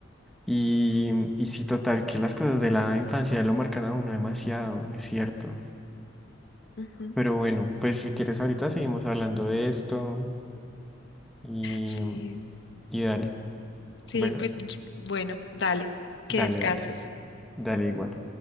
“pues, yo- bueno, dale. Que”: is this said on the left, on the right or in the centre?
Left